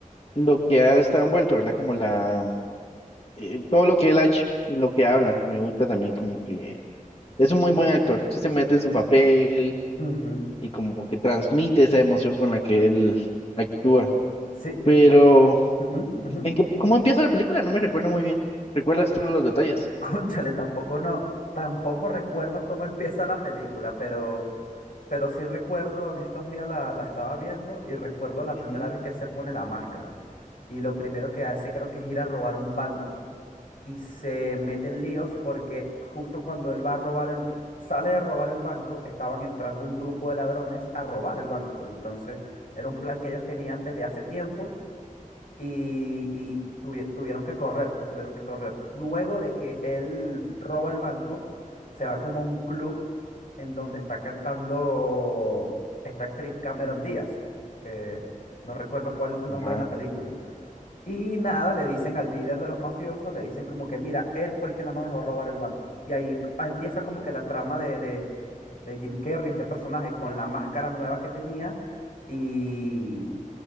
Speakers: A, on the left; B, on the left.
A: lo que ha estado envuelto, ¿verdad? Como la, eh, todo lo que él ha hecho y lo que habla, me gusta también como que es un muy buen actor, sí se mete en su papel
B: Ujú,
A: y como que transmite esa emoción con la que él actúa.
B: Sí,
A: Pero,
B: re- ujú, ujú.
A: ¿en qué- cómo empieza la película? No me recuerdo muy bien. ¿Recuerdas tú los detalles?
B: Cónchale, tampoco no, tampoco recuerdo cómo empieza la película, pero, pero sí recuerdo, en estos días la, la estaba viendo y recuerdo la primera
A: Ujú,
B: vez que él se pone la máscara. Y lo primero que hace creo que es ir a robar un banco. Y se mete en líos porque justo cuando él va a robar el, sale de robar el banco, estaban entrando un grupo de ladrones a robar el banco. Entonces, era un plan que ellos tenían desde hace tiempo y, y tuvi- tuvieron que correr, pues tuvieron que correr. Luego de que él roba el banco, se va como a un club en donde está cantando esta actriz Cameron Díaz, que no recuerdo cuál es su nombre
A: ujú, ajá.
B: en la película. Y nada, le dicen al líder de los mafiosos, le dicen como que, mira, él fue el que no nos dejó robar el banco. Y ahí empieza como que la trama de, de de Jim Carrey, este personaje, con la máscara nueva que tenía. Y,